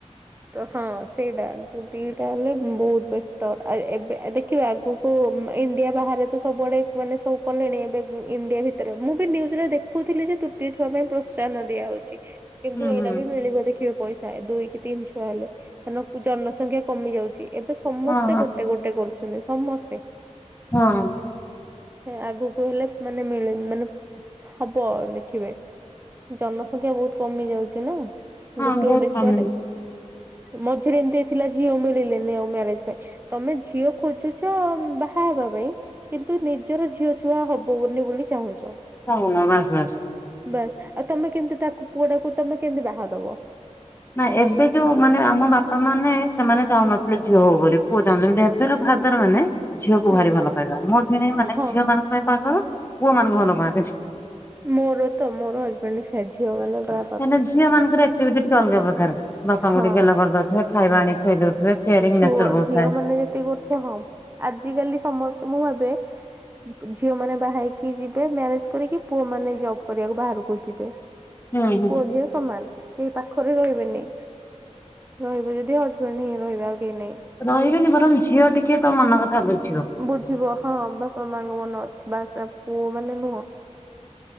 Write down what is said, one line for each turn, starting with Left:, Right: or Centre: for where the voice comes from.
Right: ତ ହଁ ସେଇଟା ପୁ ଦିଇଟା ହେଲେ ବହୁତ ବେଟର୍ ଆ ଏବେ ଦେଖିବା ଆଗକୁ ଇଣ୍ଡିଆ ବାହାରେ ତ ସବୁଆଡ଼େ କମାନେ ସବୁ କଲେଣି ଏବେ ଇଣ୍ଡିଆ ଭିତରେ ମୁଁ ବି ନ୍ୟୁଜରେ ଦେଖୁଥିଲି ଯେ ତୃତୀୟ ଛୁଆ ପାଇଁ ପ୍ରୋତ୍ସାନ ଦିଆହଉ ଛି କିନ୍ତୁ
Left: ହୁଁ
Right: ଏଇଟା
Left: ହୁଁ
Right: ବି ମିଳିବ ଦେଖିବେ ପଇସା ଦୁଇ କି ତିନି ଛୁଆ ହେଲେ କାରଣ କୁ ଜନ ସ ଖ୍ୟା କମି ଯାଉଛି ଏବେ ସମସ୍ତେ
Left: ହଁ ହଁ
Right: ଗୋଟେ ଗୋଟେ କରୁଛନ୍ତି ସମସ୍ତେ।
Left: ହଁ।
Right: ସେ ଆଗକୁ ହେଲେ ମାନେ ମିଳେମ୍ ମାନେ ହବ ଦେଖିବେ।। ଜନସଂଖ୍ୟା ବହୁତ କମି ଯାଉଛି ନା ଗୋଟେ
Left: ହଁ ବହୁତ
Right: ଗୋଟେ
Left: କମ
Right: ଛୁଆରେ। ମଝିରେ ଏମିତି ହେଇଥି ଥିଲା ଝିଅ ମିଳିଲେନି ଆଉ ମ୍ୟାରେଜ ପାଇଁ ତମେ ଝିଅ ଖୋଜୁଛ ବାହା ହେବା ପାଇଁ କିନ୍ତୁ ନିଜର ଝିଅ ଛୁଆ ହବବନି ବୋଲି ଚାହୁଁଛ।
Left: ହଉନ ବାସ୍ ବାସ୍।
Right: ବାସ୍ ଆଉ ତମେ କେମିତି ତାକୁ ପୁଅ ଟାକୁ ତମେ କେମିତି ବାହାଦବ।
Left: ନା ଏବେ ଯୋଉ ମାନେ ଆମ ବାପା ମାନେ ସେମାନେ ଚାହୁଁନଥିଲେ ଝିଅ ହଉ ବୋଲି ପୁଅ ଚାହୁଁଥିଲେ କି ହେତ୍ ର ଭାଦର ମାନେ ଝିଅକୁ
Right: ହୁଁ
Left: ଭାରି ଭଲ ପାଇବା ମୋ ଭିଣେଇ ମାନେ
Right: ହଁ
Left: ଝିଅ ମାନଙ୍କ ପାଇଁ ପାଗଳ ପୁଅ ମାନଙ୍କୁ ଭଲ ପାଆନ୍ତିନି।
Right: ମୋର ତ ମୋର ହଜବେଣ୍ଡ ସେଇଆ ଝିଅ ମାନେ ପା
Left: କାହିଁ ନା ଝିଅ ମାନଙ୍କର ଆକ୍ଟିଭିଟି ଟିକେ ଅଲଗା ପ୍ରକାର ବାପାଙ୍କୁ
Right: ହଁ
Left: ଟିକେ ଗେଲ କରିଦଉଥିବେ ଖାଇବା ଆଣିକି ଖୁଆଇ ଦଉଥିବେ। କେୟାରିଂ
Right: ଛୁଅ
Left: ନେଚର ବହୁତ
Right: ଝିଅ
Left: ଥାଏ।
Right: ମାନେ ଯେତିକି କରୁଥିବେ ହଁ ଆଜି କାଲି ସମସ୍ତେ ମୁଁ ଭାବେ ଝିଅ ମାନେ ବାହାହେଇକି ଯିବେ ମ୍ୟାରେଜ କରିକି ପୁଅ ମାନେ ଜବ୍ କରିବାକୁ ବାହାରକୁ ଯିବେ।
Left: ହୁଁ ହୁଁ।
Right: ପୁଅ ଝିଅ ସମାନ। କେହି ପାଖରେ ରହିବେନି ରହିବେ ଯଦି ହଜବେଣ୍ଡ୍ ହିଁ ରହିବେ ଆଉ କେହି ନାଇଁ।
Left: ରହିବେନି ବରଂ ଝଅ ଟିକେ ତୋ ମନ କଥା ବୁଝ
Right: ବୁଝିବ ହଁ ବାପା ମାଙ୍କ ମନ ଅଛି ବାସା ପୁଅ ମାନେ ନୁହଁ।